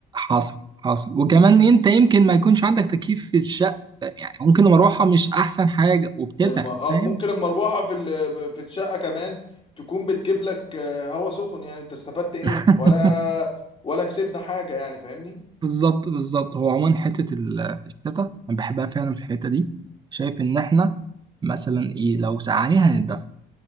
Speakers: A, on the right (about 25°); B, on the left (about 30°).
A: حصل حصل وكمان انت يمكن ما يكونش عندك تكييف في الشقه يعني ممكن المروحه مش احسن حاجه وبتتعب
B: الم... اه
A: فاهم
B: ممكن المروحه في ال... في الشقه كمان تكون بتجيب لك آه، هوا سخن يعني انت استفدت ايه
A: <laughs>
B: ولا ولا كسبنا حاجه يعني فاهمني
A: بالظبط بالظبط هو عموما حته ال- الشتا انا بحبها فعلا في الحته دي شايف ان احنا مثلا ايه لو سقعانين هنتدفى